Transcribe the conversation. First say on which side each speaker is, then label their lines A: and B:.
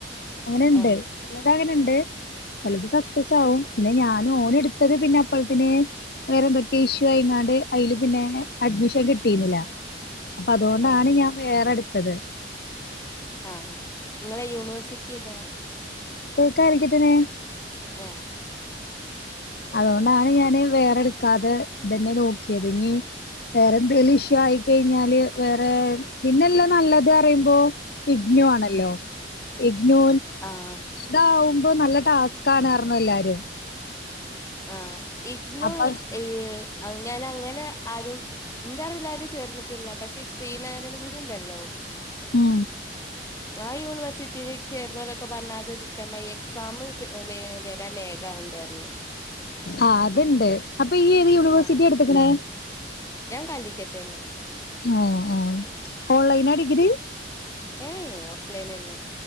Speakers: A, on the left (about 60°); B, on the left (about 15°).
A: അങ്ങനണ്ട്
B: ഏഹ്
A: ചിലത് അങ്ങനണ്ട് ചിലത് സക്സസ് ആവും പിന്നെ ഞാൻ ഓന് ഇട്ത്തത് പിന്നെ അപ്പഴത്തിന് വേറെ എന്തൊക്കെ ഇഷ്യൂ ആയിങ്ങാണ്ട് അയില് പിന്നെ അഡ്മിഷ ൻക്ക് കിട്ടിയിര്ന്നില്ല അപ്പൊ അതുകൊണ്ടാണ്
B: ആഹ്
A: ഞാൻ വേറെട്ത്തത്
B: ആഹ് ആ നിങ്ങളെ യൂണിവേഴ്സിറ്റി എതാ
A: <unintelligible> ക്കിട്ടനെ
B: ഏ
A: അതുകൊണ്ടാണ് ഞാന് വേറെടുക്കാതെ ഇതന്നെ നോക്കിയത് ഇനി വേറെന്തേലും ഇഷ്യൂ ആയി കഴിഞ്ഞാല് വേറെ പിന്നെല്ലാ നല്ലത് അറിയുമ്പോ ഇഗ്നു ആണല്ലോ ഇഗ്നു
B: ആഹ്
A: താവുമ്പോ നല്ല ടാസ്ക് ആണ് പറ്ഞ്ഞ് എല്ലാരും
B: ആ ഇഗ്നു
A: അപ്പൊ
B: ഈ അങ്ങനെ അങ്ങനെ ആരും ഇന്റെ അറിവ് ലാരും ചേർന്നിട്ടില്ല പക്ഷെ ശ്രീനാരായണ ഗുരു ഉണ്ടല്ലോ
A: മ്
B: ആ യൂണിവേഴ്സിറ്റിയില് ചേർന്നലൊക്കെ പറഞ്ഞ് അത്ട്ക്കണ്ടാ എക്സാം വരാ ലേ രാവുണ്ടേര്ന്ന്
A: ആ അത്ണ്ട് അപ്പൊ ഈ ഏത് യൂണിവേഴ്സിറ്റി
B: ആഹ്
A: എടുത്ത്ക്കണേ
B: ഞാൻ കാലിക്കറ്റന്നെ
A: ആഹ് ആഹ് ഓൺലൈനാ ഡിഗ്രി
B: ഏഅേ ഓഫ് ലൈനന്നെ